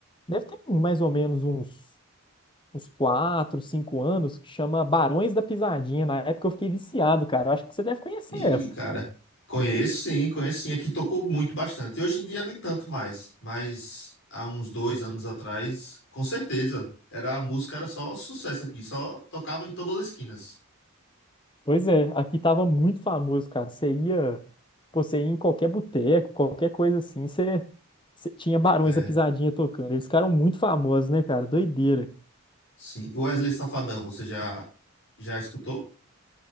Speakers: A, on the left; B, on the left.
A: Deve ter mais ou menos uns uns quatro, cinco anos, que chama Barões da Pisadinha. Na época eu fiquei viciado, cara. Eu acho que você deve conhecer
B: E,
A: essa.
B: cara, conheço sim, conheço sim. É que tocou muito bastante. Hoje em dia nem tanto mais, mas há uns dois anos atrás, com certeza. Era a música, era só sucesso aqui, só tocava em todas as esquinas.
A: Pois é, aqui tava muito famoso, cara. Você ia, pô, você ia em qualquer boteco, qualquer coisa assim, você, você tinha Barões
B: É,
A: da Pisadinha tocando. Eles ficaram muito famosos, né, cara? Doideira.
B: sim. O Wesley Safadão, você já já escutou?